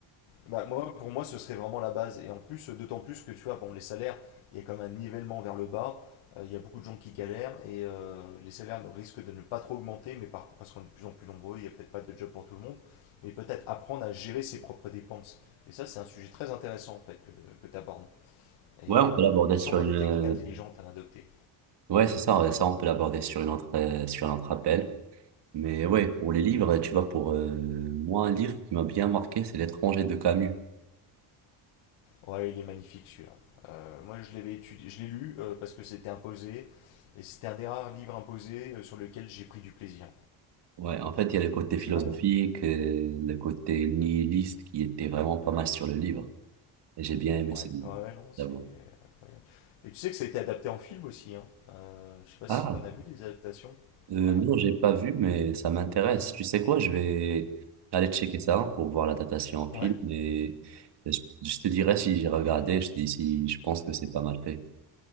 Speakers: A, on the left; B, on the right.
A: Bah, moi, pour moi, ce serait vraiment la base. Et en plus, d'autant plus que tu vois, bon, les salaires, il y a quand même un nivellement vers le bas. Euh, Il y a beaucoup de gens qui galèrent et euh, les salaires risquent de ne pas trop augmenter, mais par, parce qu'on est de plus en plus nombreux, il n'y a peut-être pas de job pour tout le monde. Mais peut-être apprendre à gérer ses propres dépenses. Et ça, c'est un sujet très intéressant en fait que, que tu abordes. Et
B: Ouais, on
A: euh,
B: peut l'aborder
A: il y a sûrement
B: sur une.
A: des
B: euh,
A: techniques intelligentes à adopter.
B: Ouais, c'est ça, ouais, ça, on peut l'aborder sur une autre, euh, sur un autre appel. Mais ouais, pour les livres, tu vois, pour euh, moi, un livre qui m'a bien marqué, c'est L'étranger de Camus.
A: Ouais, il est magnifique celui-là. Euh, moi, je l'avais étudié, je l'ai lu euh, parce que c'était imposé et c'était un des rares livres imposés euh, sur lequel j'ai pris du plaisir.
B: Ouais, en fait, il y a le côté
A: C'est
B: philosophique,
A: vrai, hein
B: euh, le côté nihiliste qui était vraiment pas mal sur le livre. Et j'ai bien aimé
A: Ouais,
B: ce livre,
A: ouais, ouais, non, c'est
B: j'avoue.
A: incroyable. Et tu sais que ça a été adapté en film aussi, hein. Euh, je sais pas
B: Ah,
A: si t'en as vu des adaptations.
B: Euh,
A: Ouais.
B: non, j'ai pas vu, mais ça m'intéresse. Tu sais quoi, je vais aller checker ça pour voir la datation en pile,
A: Ouais.
B: mais je, je te dirai si j'ai regardé, je te dis si je pense que c'est pas mal fait.